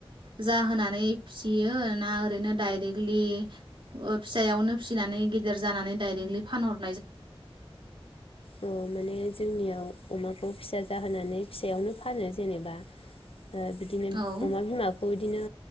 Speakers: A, on the right; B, on the left.
A: जाहोनानै फिसियो ना ओरैनो दाइरेकलि ओ फिसायावनो फिसिनानै गिदिर जानानै दाइरेकलि फानहरो?
B: अ माने जोंनियाव अमाखौ फिसा जाहोनानै फिसायावनो फानो जेनेबा अ बिदिनो
A: औ
B: अमा बिमा खौ बिदिनो